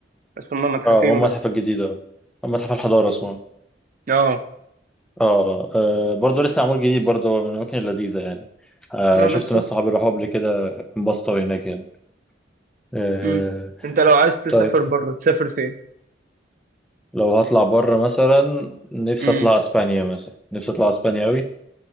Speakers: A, on the right; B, in the centre.
A: بس هما متحفين
B: اه هو المتحف
A: بس
B: الجديد اه متحف الحضاره اسمه
A: اه
B: اه آه، آه، برضه لسه معمول جديد برضه هو من الاماكن اللذيذه يعني آه
A: اه
B: شفت
A: بس
B: ناس صحابي راحوا قبل كده انبسطوا هناك يعني آه
A: امم انت لو عايز تسافر
B: طيب
A: بره تسافر فين
B: لو هطلع بره مثلا نفسي
A: امم
B: اطلع اسبانيا مثلا نفسي اطلع اسبانيا قوي